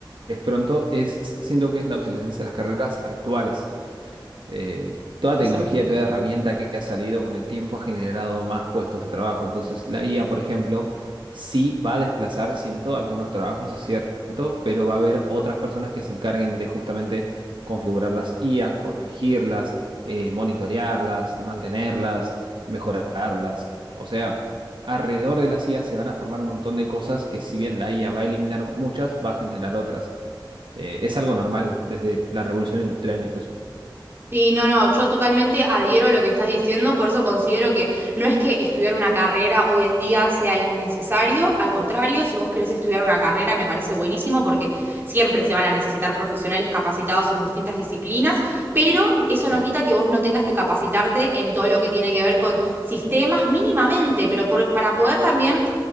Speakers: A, on the right; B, on the right.
A: es pronto, es, siento que es la obsolescencia de las carreras actuales. eh, toda tecnología,
B: Exacto.
A: toda herramienta que ha salido con el tiempo ha generado más puestos de trabajo. Entonces, la IA, por ejemplo, sí va a desplazar, siento, algunos trabajos, es cierto, pero va a haber otras personas que se encarguen de justamente configurar las IA, corregirlas, eh, monitorearlas, mantenerlas, mejorarlas. O sea, alrededor de las IA se van a formar un montón de cosas que si bien la IA va a eliminar muchas, va a generar otras. Eh, es algo normal desde la revolución industrial incluso.
B: Sí, no, no, yo totalmente adhiero a lo que estás diciendo, por eso considero que no es que estudiar una carrera hoy en día sea innecesario, al contrario, si vos querés estudiar una carrera me parece buenísimo porque siempre se van a necesitar profesionales capacitados en distintas disciplinas, pero eso
A: Sí.
B: no quita que vos no tengas que capacitarte en todo lo que tiene que ver con sistemas mínimamente, pero por- para poder también